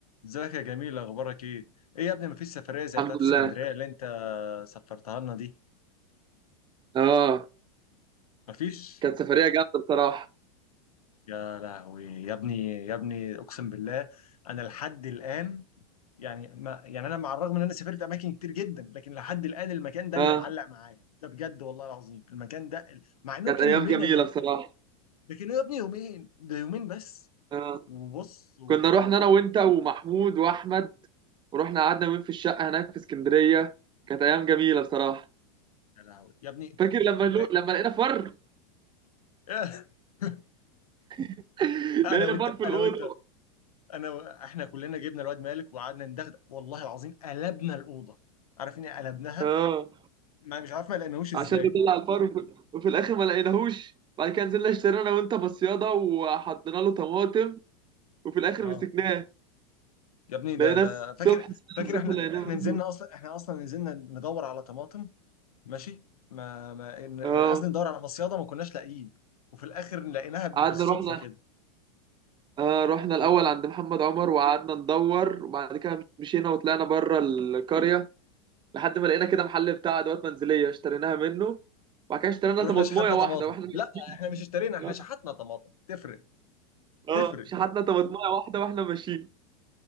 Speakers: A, on the left; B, on the right.
A: ازيك يا جميل اخبارك ايه ايه يا ابني مفيش سفريه زي
B: الحمد
A: بتاعت اسكندريه
B: لله
A: اللي انت سفرتها لنا دي
B: اه
A: مفيش
B: كانت سفرية جامدة بصراحة
A: يا لهوي يا ابني يا ابني اقسم بالله انا لحد الان يعني ما يعني انا مع الرغم ان انا سافرت اماكن كتير جدا لكن لحد الان المكان ده
B: اه
A: اللي معلق معايا ده بجد والله العظيم المكان ده ال- مع انهم
B: كانت
A: كانوا
B: أيام
A: يومين
B: جميلة
A: يا جميل
B: بصراحة
A: ده كانوا يا ابني يومين ده يومين بس
B: اه
A: وبص و...
B: كنا رحنا
A: و...
B: أنا وأنت ومحمود وأحمد ورحنا قعدنا يومين في الشقة هناك في اسكندرية كانت أيام جميلة بصراحة
A: يا لهوي يا ابني
B: فاكر لما
A: ده...
B: لو... لما لقينا فر
A: <laughs>
B: <laughs> لقينا
A: انا وانت
B: فر في الأوضة
A: انا وانت انا و- احنا كلنا جبنا الواد مالك وقعدنا ندغدغ والله العظيم قلبنا الاوضه عارف اني قلبناها
B: اه
A: ما مش عارف ما لقيناهوش ازاي
B: عشان نطلع الفر وفي... وفي الآخر ما لقيناهوش بعد كده نزلنا اشترينا أنا وأنت مصيادة وحطينا له طماطم وفي الآخر
A: اه
B: مسكناه
A: يا ابني ده
B: لقيناه
A: ده
B: الصبح
A: فاكر فاكر
B: الصبح
A: احنا
B: لقيناه
A: احنا
B: مسكناه
A: نزلنا اصلا احنا اصلا نزلنا ندور على طماطم ماشي ما ما إن-
B: اه
A: قصدي ندور على مصيده ما كناش لاقيين وفي الاخر لقيناها بالصدفه
B: قعدنا رحنا
A: كده
B: آه رحنا الأول
A: و- و-
B: عند محمد عمر وقعدنا ندور وبعد كده مشينا وطلعنا بره القرية لحد ما لقينا كده محل بتاع أدوات منزلية اشتريناها منه وبعد كده اشترينا
A: ورحنا
B: طماطماية
A: شحتنا
B: واحدة
A: طماطم
B: واحنا ماشيين
A: لا احنا مش اشترينا احنا شحتنا
B: <laughs>
A: طماطم تفرق
B: اه
A: تفرق
B: شحتنا طماطماية واحدة واحنا ماشيين